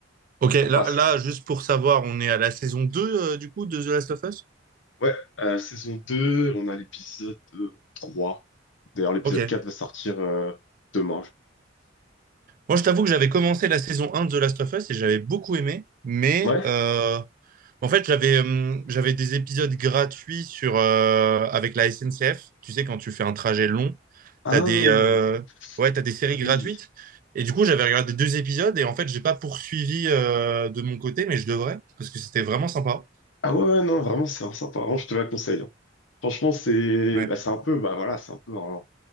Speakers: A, on the right; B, on the left.
A: Ok, là,
B: Ça passe,
A: là,
B: quoi.
A: juste pour savoir, on est à la saison 2 euh, du coup, de The Last of Us?
B: Ouais, euh, saison 2 on a l'épisode euh, 3. D'ailleurs, l'épisode
A: Ok.
B: 4 va sortir euh, demain.
A: Moi, je t'avoue que j'avais commencé la saison un de The Last of Us et j'avais beaucoup aimé, mais
B: Ouais?
A: euh, en fait, j'avais hum, j'avais des épisodes gratuits sur euh, avec la SNCF. Tu sais, quand tu fais un trajet long,
B: Ah,
A: t'as des euh, ouais, t'as des séries
B: ah
A: gratuites.
B: oui.
A: Et du coup, j'avais regardé deux épisodes et en fait, j'ai pas poursuivi euh, de mon côté, mais je devrais parce que c'était vraiment sympa.
B: Ah ouais, ouais, non, vraiment, c'est sympa. Vraiment, je te la conseille. hein. Franchement, c'est
A: Ouais.
B: bah, c'est un peu bah voilà, c'est un peu un,